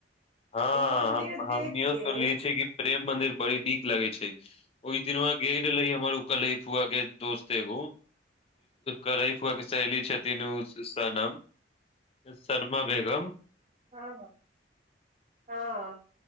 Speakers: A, on the left (about 35°); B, on the right (about 35°).
A: हँ
B: ओ मंदिर
A: हमनियो
B: देख
A: सुनलिय
B: के
A: छिय कि प्रेम मंदिर बड़ी नीक लागे छै ओहि दिन वहाँ गेल गेले हमर ओ कलही फुआ के दोस्त एगो कलह फुआ के सहेली छथिन उ सनम शरमा बेगम
B: हँ हँ